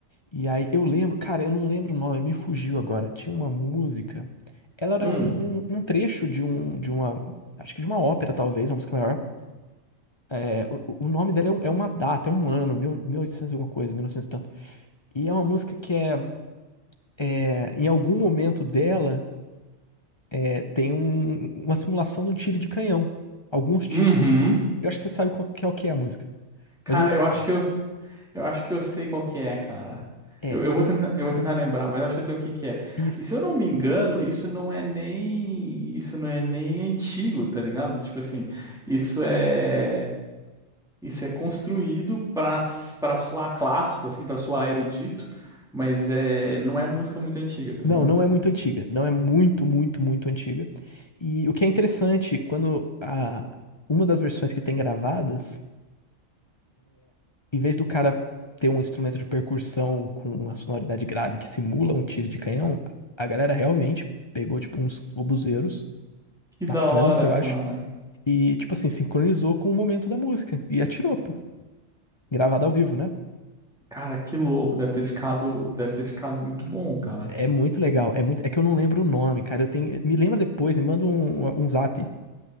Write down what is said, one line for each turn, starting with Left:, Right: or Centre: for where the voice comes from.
Left: E aí eu lembro, cara, eu não lembro o nome, me fugiu agora. Tinha uma música. Ela era
Centre: Hum.
Left: um, um, um trecho de um, de uma, acho que de uma ópera, talvez, uma música maior. É, o, o nome dela é, um- é uma data, é um ano, mil, mil e oitocentos e alguma coisa, 1900 e novecentos e tanto. E é uma música que é. é, em algum momento dela, é, tem um- uma simulação de um tiro de canhão. Alguns tiros
Centre: Uhum.
Left: de canhão. Eu acho que você sabe qual que é, o que é a música,
Centre: Cara,
Left: mas eu não
Centre: eu
Left: lembro
Centre: acho
Left: o nome.
Centre: que eu Eu acho que eu sei qual que é, cara.
Left: É,
Centre: Eu, eu vou tentar, eu vou tentar lembrar, mas eu acho que eu sei o que que é.
Left: isso.
Centre: E se eu não me engano, isso não é nem, isso não é nem antigo, tá ligado? Tipo assim, isso é, isso é construído pra, s- pra soar clássico, assim, pra soar erudito, mas é, não é música muito antiga, tá
Left: Não,
Centre: ligado?
Left: não é muito antiga. Não é muito, muito, muito antiga. E o que é interessante, quando a, uma das versões que tem gravadas, em vez do cara ter um instrumento de percussão com uma sonoridade grave que simula um tiro de canhão, a galera realmente pegou, tipo, uns obuseiros,
Centre: Que da
Left: na França,
Centre: hora,
Left: eu
Centre: cara.
Left: acho E, tipo assim, sincronizou com o momento da música. E atirou, pô. Gravada ao vivo, né?
Centre: Cara, que louco, deve ter ficado, deve ter ficado muito bom, cara.
Left: É muito legal. É muito... é que eu não lembro o nome, cara. Eu tenho... Me lembra depois, me manda um, um zap.